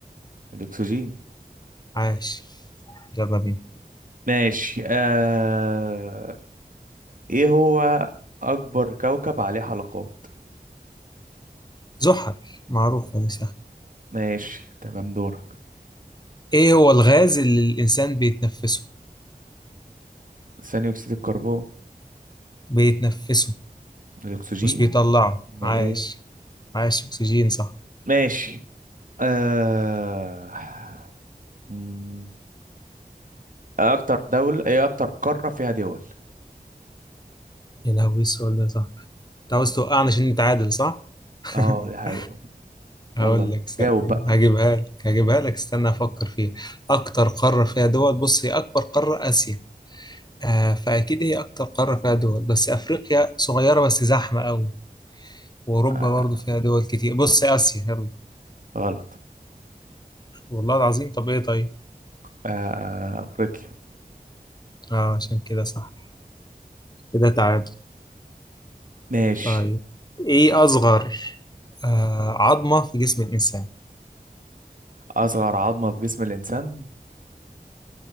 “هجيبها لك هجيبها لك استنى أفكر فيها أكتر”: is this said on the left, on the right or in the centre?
Left